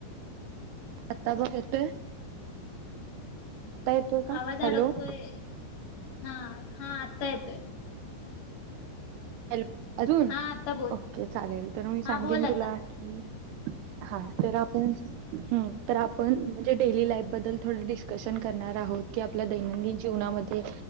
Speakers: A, on the right (about 90°); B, on the left (about 55°).
A: आता बघ येतोय, आत्ता येतोय का,
B: आवाज
A: हॅलो.
B: अडकतोय हा हा आता येतोय.
A: हॅलो अजून,
B: हा आता बोल
A: ओके चालेल तर मी
B: हा
A: सांगेन
B: बोल आता
A: तुला की हा तर आपण हम्म तर आपण म्हणजे डेली लाईफबद्दल थोड डिस्कशन करणार आहोत की आप आपल्या दैनंदिन जीवनामध्ये,